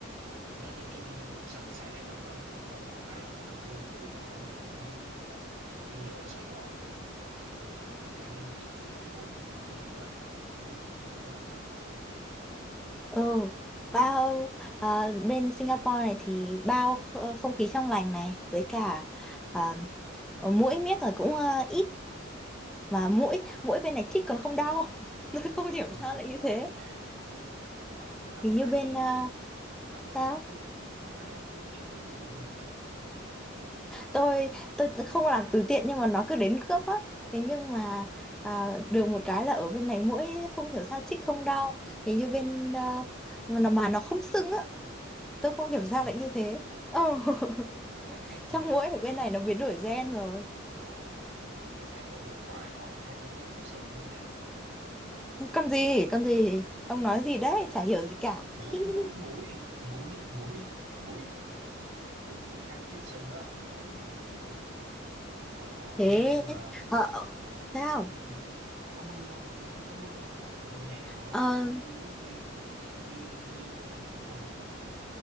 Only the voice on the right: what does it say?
Nói nói chung cũng sạch sẽ mà đúng không? Cũng đâu có rác người ta vung bừa bãi đâu. Tôi thấy ồ như như ở Sài Gòn kiểu như biển kiểu như bữa tôi thấy bị bị bị ô nhiễm không khí quá à. Nhiều khi cũng không thích lắm. Ừ.
Ồ,
thế hả?
Hay
vậy hả? Ờ, bà bà
hai
đi
à, bà
hai làm từ bà hai làm từ thiện cho mũi đúng không?
Ồ,
ờ, vậy
hả?
Ờ, hay quá
vậy.
Ờ, chứ tôi thấy có một vài con khác nó chích lại sưng đó nha.
mũi mũi
mũi mũi mũi mũi mũi mũi khác chích sân đó ờ mũi mũi mũi ờ
ấy nhưng mà
nhưng mà có mưa không bên nó có mưa không tại vừa hè rồi á
tụi tôi muốn đi mặc diện bi bikini cho đẹp đó mà